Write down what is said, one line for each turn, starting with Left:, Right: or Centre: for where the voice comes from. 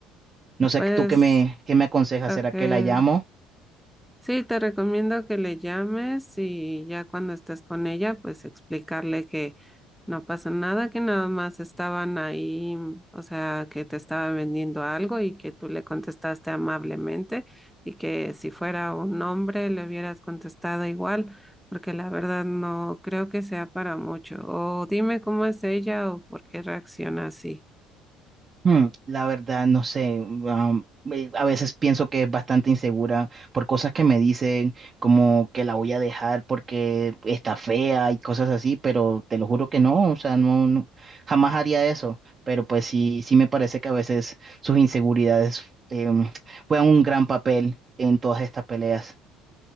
Right: No sé,
Centre: Pues
Right: ¿tú qué me, qué me aconsejas?
Centre: lo
Right: ¿Será
Centre: que
Right: que la llamo?
Centre: Sí, te recomiendo que le llames y ya cuando estés con ella, pues explicarle que no pasa nada, que nada más estaban ahí, mm, o sea, que te estaba vendiendo algo y que tú le contestaste amablemente y que si fuera un hombre le hubieras contestado igual, porque la verdad no creo que sea para mucho. O dime cómo es ella o por qué reacciona así.
Right: Hmm, la verdad, no sé. am, eh, a veces pienso que es bastante insegura por cosas que me dicen, como que la voy a dejar porque está fea y cosas así, pero te lo juro que no, o sea, no, no, jamás haría eso. Pero pues sí, sí me parece que a veces sus inseguridades em, juegan un gran papel en todas estas peleas.